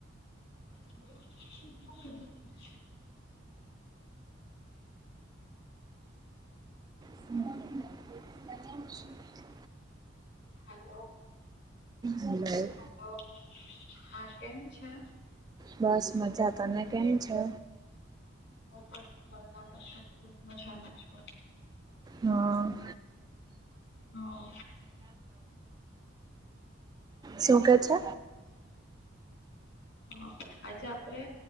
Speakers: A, on the left; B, on the right.
A: <inaudible>
B: <inaudible>
A: Hello
B: hello.
A: હલો. હા, કેમ છે?
B: બસ મજા, તને કેમ છે?
A: હું પણ મજામાં છું, ખુબ મજામાં છું.
B: હા.
A: હા
B: શું કે છે?
A: હ, આજે આપડે